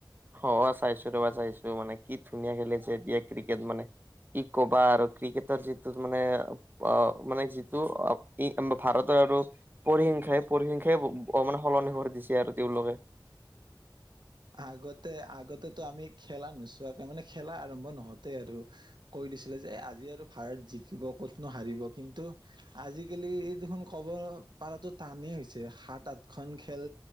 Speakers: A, on the right; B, on the right.
A: অ', চাইছো ৰবা চাইছো মানে কি ধুনীয়া খেলিছে এয়া ক্ৰিকেট মানে। ই ক'ব আৰু ক্ৰিকেটৰ যিটো মানে আঁহ মানে যিটো অঁ ভাৰতৰ আৰু পৰিসংখ্যাই পৰিসংখ্যাই মানে সলনি কৰি দিছে আৰু তেওঁলোকে।
B: আগতে আগতেটো আমি খেলা নোচোৱাকৈ মানে খেলা আৰম্ভ নহওতেই আৰু। কৈ দিছিলে যে আজি আৰু ভাৰত জিকিব ক'তনো হাৰিব। কিন্তু আজিকালি দেখোন ক'ব পাৰাতো টানেই হৈছে, সাত আঠখন খেল